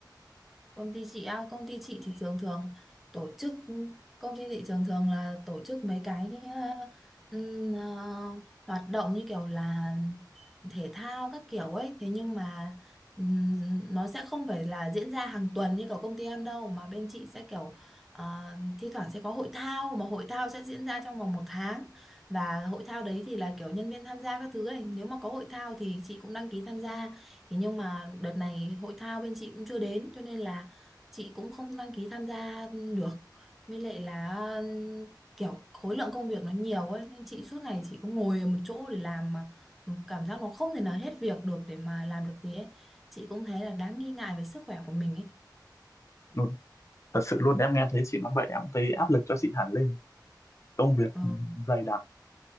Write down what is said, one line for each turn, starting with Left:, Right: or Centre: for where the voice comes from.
Centre: Công ty chị á, công ty chị thì thường thường tổ chức công ty chị thường thường là tổ chức mấy cái ờ, ừm, ờ, hoạt động như kiểu là thể thao các kiểu ấy thế nhưng mà ừm, nó sẽ không phải là diễn ra hàng tuần như kiểu công ty em đâu mà bên chị sẽ kiểu ờ, thi thoảng sẽ có hội thao mà hội thao sẽ diễn ra trong vòng một tháng và hội thao đấy thì là kiểu nhân viên tham gia các thứ ấy nếu mà có hội thao thì chị cũng đăng ký tham gia Thế nhưng mà đợt này hội thao bên chị cũng chưa đến cho nên là chị cũng không đăng ký tham gia được với lại là ừm, kiểu khối lượng công việc nó nhiều ấy nên chị suốt ngày chị cũng ngồi ở một chỗ để làm mà cảm giác nó không thể nào hết việc được để mà làm được gì ấy chị cũng thấy là đáng nghi ngại về sức khỏe của mình ấy
Left: ừ, thật sự luôn em nghe thấy chị nói vậy em cũng thấy áp lực cho chị hẳn lên công việc
Centre: Ờ,
Left: dày đặc